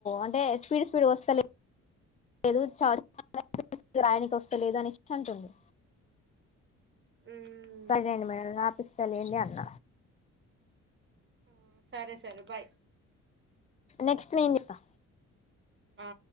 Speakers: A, on the left; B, on the right.
A: అంటే స్పీడ్, స్పీడ్ గా ఓస్తలే లేదు, చ <unintelligible> రాయనికి ఓస్తలేదు అనేసి అంటుంది.
B: ఉమ్
A: సరే లెండి మేడమ్, రాపిస్తా లెండి అన్న.
B: ఉమ్ సరే, సరే బాయ్.
A: నెక్స్ట్ నేన్ జెత్తా.
B: ఆ